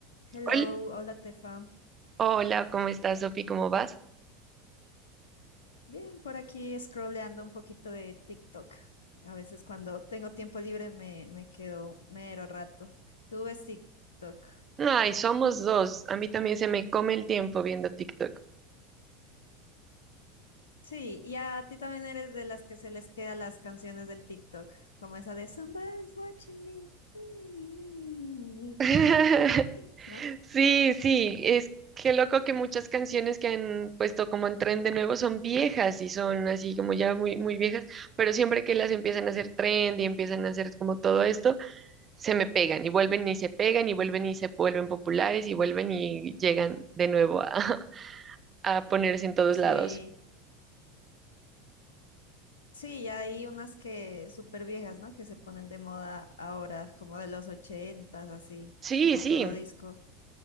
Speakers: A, on the left; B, on the right.
A: Hello,
B: Hol-
A: hola Tefa.
B: Hola, ¿cómo estás, Sofi? ¿Cómo vas?
A: Bien, por aquí scrolleando un poquito de TikTok. A veces cuando tengo tiempo libre me, me quedo mero rato. ¿Tú ves TikTok?
B: Ay, somos dos. A mí también se me come el tiempo viendo TikTok.
A: Sí, y a ti también eres de las que se les quedan las canciones del TikTok, como esa de Somebody's watching me. ni, ni, ni, ni, ni, ni, ni,
B: <laughs>
A: tin, tin, tin", ¿no?
B: Sí, sí, es que loco que muchas canciones que han puesto como en tren de nuevo son viejas y son así como ya muy, muy viejas, pero siempre que las empiezan a hacer trend y empiezan a hacer como todo esto, se me pegan y vuelven y se pegan y vuelven y se vuelven populares y vuelven y llegan de nuevo a, <laughs> a ponerse en todos
A: Sí,
B: lados.
A: sí, y hay unas que súper viejas, ¿no? Que se ponen de moda ahora, como de los ochentas, así,
B: Sí,
A: como
B: sí.
A: todo disco.